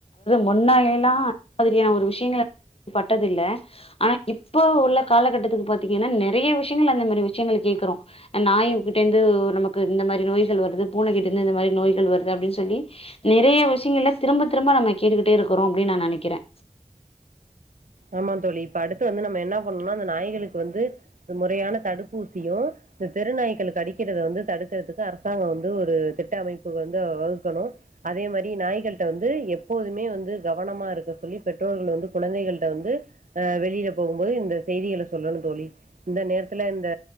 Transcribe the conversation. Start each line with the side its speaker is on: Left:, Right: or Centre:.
Left: முன்னயெல்லாம் அந்த மாதிரியான ஒரு விஷயங்கள பட்டு விட்டத்தில ஆனா இப்ப உள்ள காலகட்டத்துக்கு பாத்தீங்கன்னா நெறைய விஷயங்கள் அந்த மாரி விஷயங்கள் கேக்குறோம் ஹ் நாயிங்ககிட்ட இருந்து நமக்கு இந்த மாரி நோய்கள் வருது பூனை கிட்ட இருந்து இந்த மாரி நோய்கள் வருது அப்டின்னு சொல்லி நெறைய விஷயங்கள்ல திரும்ப-திரும்ப நம்ம கேட்டுக்கிட்டே இருக்கிறோம் அப்டின்னு நா நெனைக்கிறேன்
Right: ஆமா தோழி இப்ப அடுத்து வந்து நம்ம என்ன பண்ணணும்னா அந்த நாய்களுக்கு வந்து முறையான தடுப்பூசியும் இந்த தெருநாய்கள் கடிக்கிறத வந்து தடுக்கிறதுக்கு அரசாங்க வந்து ஒரு திட்ட அமைப்பு வந்து வகுக்கனும் அதே மாரி நாய்கள்ட்ட வந்து எப்போதுமே வந்து கவனமா இருக்க சொல்லி பெற்றோர்கள் வந்து குழந்தைக வந்து அஹ் வெளிய போகும்போது இந்த செய்திகளை சொல்லணும் தோழி இந்த நேரத்துல இந்த